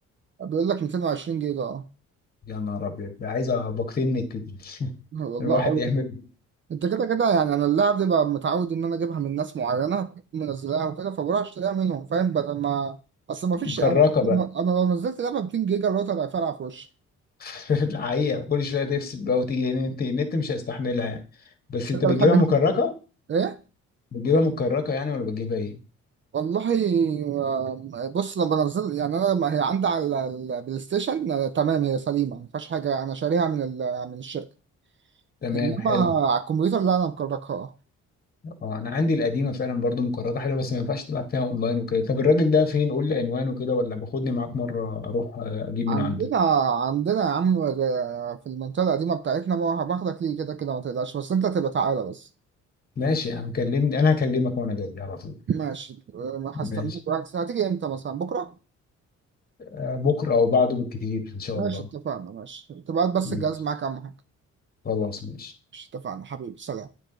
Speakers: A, on the right; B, on the left.
A: بيقول لك 220 جيجا اه
B: يا نهار ابيض ده عايزه باقتين نت دي <laughs>
A: والله
B: الواحد
A: أوي
B: يعمل
A: انت كده كده يعني انا اللعب دي بقى متعود ان انا اجيبها من ناس معينة منزلاها وكده فبروح اشتريها منهم فاهم بدل ما اصل ما فيش
B: مكركه
A: انا
B: بقى
A: انا لو نزلت لعبة 200 جيجا الراوتر هيفرقع في وشي
B: <laughs> الحقيقه كل شويه تفصل بقى وتيجي لان النت النت مش هيستحملها يعني بس
A: بس
B: انت
A: انت
B: بتجيبها
A: بتحب انت
B: مكركه
A: ايه
B: بتجيبها مكركه يعني ولا بتجيبها ايه
A: والله آه، بص لما بنزل يعني انا لما هي عندي على البلاي ستيشن آه، تمام هي سليمة ما فيهاش حاجة انا شاريها من ال- من الشركة
B: تمام
A: انما
B: حلو
A: على الكمبيوتر لا انا مكركها
B: اه انا عندي القديمه فعلا برضو مكررة حلوه بس ما ينفعش تلعب فيها اونلاين وكده طب الراجل ده فين قول لي عنوانه كده ولا باخدني معاك مره اروح آه، اجيب
A: عندنا
B: من عنده
A: عندنا يا عم آه، في المنطقة القديمة بتاعتنا ما هباخدك ليه كده كده ما تقلقش بس انت تبقى تعالى بس
B: ماشي يا عم كلمني انا هكلمك وانا جاي على طول
A: ماشي آه، ما هستناك
B: ماشي
A: وقت هتيجي امتى مثلا بكرة
B: آه، بكره او بعده بالكتير ان شاء
A: ماشي
B: الله
A: اتفقنا ماشي تبقى هات بس
B: ماشي
A: الجهاز معاك اهم حاجة
B: خلاص ماشي
A: ماشي اتفقنا حبيبي سلام